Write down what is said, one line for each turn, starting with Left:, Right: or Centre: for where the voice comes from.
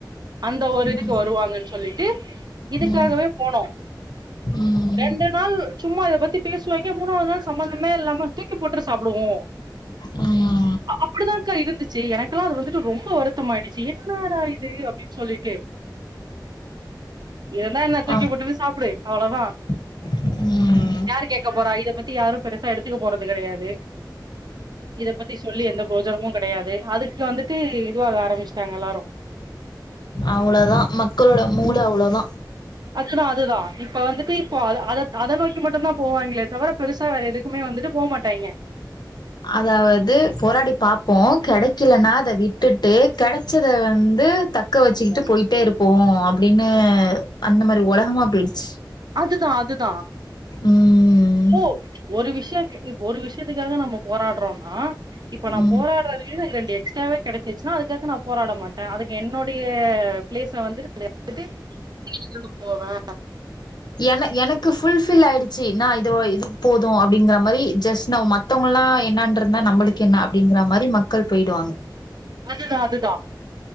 Right: அந்த ஒரு
Left: ம்
Right: இதுக்கு வருவாங்கன் சொல்லிட்டு இதுக்காகவே
Left: ம்
Right: போனோ
Left: ம்
Right: ரெண்டு நாள் சும்மா இத பத்தி பேசுவாய்ங்க மூணாது நாள் சம்பந்தமே இல்லாம தூக்கி போட்ரு சாப்டுவோ
Left: ம்
Right: அப்டிதாங்க்கா இருந்துச்சி எனக்கெல்லா அது வந்துட்டு ரொம்ப வருத் தமாயிடுச்சி என்னாடா இது அப்டின் சொல்லிட்டு இருந்தா என்னா தூக்கி
Left: அ
Right: போட்டுட்டு சாப்டு அவ்ளோ தா
Left: ம்
Right: யாரு கேக்க போறா இத பத்தி யாரு பெருசா எடுத்துக்க போறது கெடையாது இத பத்தி சொல்லி எந்த ப்ரோஜனமு கெடையாது அதுக்கு வந்துட்டு இதுவா வேரம்பிச்ட்டாங்க எல்லாரு
Left: அவ்ளோதா மக்களோட மூள அவ்ளோதா
Right: ஆக்சுலா அதுதா இப்ப வந்துட்டு இப்போ அத அத நோக்கி மட்டு தா போவாய்ங்களே தவர பெருசா வேற எதுக் குமே வந்துட்டு போ மாட்டாய்ங்க
Left: அதாவது போராடி பாபோ கெடைக்கலன்னா அத விட்டுட்டு கெடச்சத வந்து த க்க வச்சிக்கிட்டு
Right: அதான்.
Left: பொயிட்டே இருப்போ அப்டினு அந்த மாரி ஒலகமா பொயிட்ச்சி
Right: அதுதா அதுதா
Left: ம்
Right: ஓ ஒரு விஷய இப் ஒரு விஷயத்துக்காக நம்ம போராட்றோனா இப்ப நா
Left: ம்
Right: போராட்றதே ரெண்டு எக்ஸ் காக கெடச்சசினா அதுக்காக நா போராட மாட்டே அதுக்கு என்னுடைய பிளேஸ்ல வந்து <inaudible> ட்டுக்கு போவே
Left: என எனக்கு ஃபுல் ஃபில் ஆயிடுச்சி நா இதோ இதுக்கு போது அப்டிங்கற மாரி ஜெஸ் நம் மத் மத்தோங்லா என்னான் இருந்தா நம்ளுக்கு என்னா அப்டிங்கற மாரி மக்கள் பொயிடுவாங்க
Right: அதுதா அதுதா